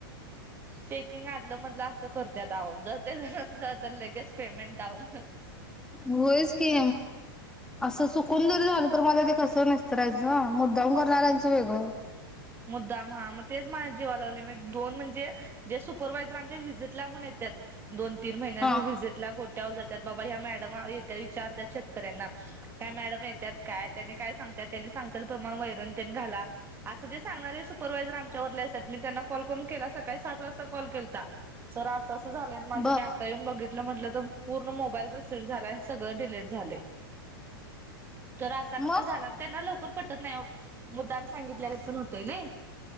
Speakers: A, on the right; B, in the centre.
A: ते चेकींग आधल मधलं असं करत्यात आओ जर ते <unintelligible> तर लगेच पेमेंट डाऊन
B: होयच की असं चुकून जरी झालं तरी, कसं निस्तरायचं मुद्दाम करणाऱ्याचं वेगळं
A: मुद्दाम हा मग तेच माझ्या जीवा लागले म दोन म्हणजे जे सुप परवायझर आमच्या व्हिजिटला म्हणून येत्यात. दोन, तीन महिन्याचा
B: हा
A: व्हिजिटला कोण कॉल जात्यात बाबा ह्या मँडम येत्यात इचारत्यात शेतकऱ्यांना, ह्या मॅडम येत्यात काय त्यांनी काय सांगत्या त्यांनी सांगतात प्रमाण वैरण तेन घाला अस जे सांगणारे सुप परवायजर आमच्यावर लय सट मी त्यांना कॉल करून केला. सकाळी सात वाजता कॉल केलता. सर आस आस झालंय आन माझं.
B: बर
A: मी आता येऊन बघितलं म्हटलं तर, पूर्ण मोबाईल रिस रिसीट झालाय अन् सगळं डिलीट झालंय. तर असा कसा
B: मग
A: झाला? त्यांना लवकर पटत नाही <inaudible> मुद्दाम सांगितल्यागत. <unintelligible> होतयनयी, <inaudible>